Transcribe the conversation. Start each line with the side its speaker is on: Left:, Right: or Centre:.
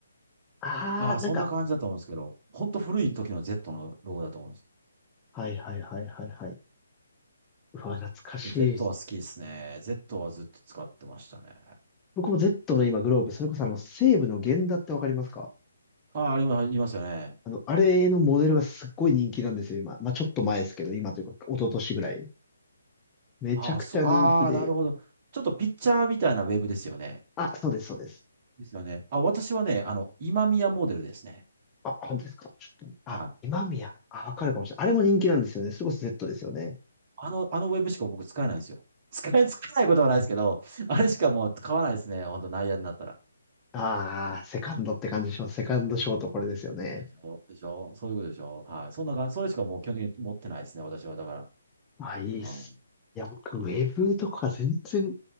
Left: ああ、
Right: ああ、
Left: なんか、
Right: そんな感じだと思うんですけど、本当古い時の Z のロゴだと思うんです。
Left: はい、はい、はい、はい、はい。うわ、懐かしい。
Right: Z は好きですね。Z はずっと使ってましたね。
Left: 僕も Z の今グローブ、それこそあの、西武の源田ってわかりますか
Right: ああ、ありますありますよね。
Left: あの、あれのモデルがすっごい人気なんですよ、今。まあ、ちょっと前ですけど、今というか、一昨年ぐらい。めちゃくちゃ人気で。
Right: ああ、そう、ああ、なるほど。ちょっとピッチャーみたいなウェブですよね。
Left: あ、そうです、そうです。
Right: ですよね。あ、私はね、あの、今宮モデルですね。
Left: あ、本当ですかちょっと、あ、
Right: はい。
Left: 今宮。あ、わかるかもしれない。あれも人気なんですよね。それこそ Z ですよね。
Right: あの、あのウェブしか僕使えないんですよ。<laughs> 使え、使えないことはないですけど、あれしかもう買わないですね。本当内野になったら。
Left: ああ、セカンドって感じします。セカンドショートこれですよね。
Right: でしょでしょそういうことでしょはい。そんな感じ。それしかもう基本的に持ってないですね。私は。だから、
Left: あ、いいっす。
Right: うん。
Left: いや、僕、ウェブとか全然、